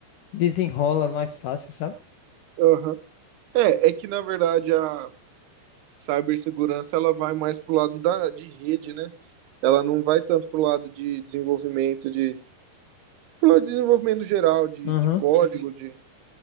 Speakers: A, on the left (about 75°); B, on the right (about 75°).
A: desenrola mais fácil, sabe?
B: Aham. É, é que na verdade a cibersegurança ela vai mais pro lado da, de rede, né? Ela não vai tanto pro lado de desenvolvimento de pro lado de desenvolvimento geral de,
A: Aham.
B: de código, de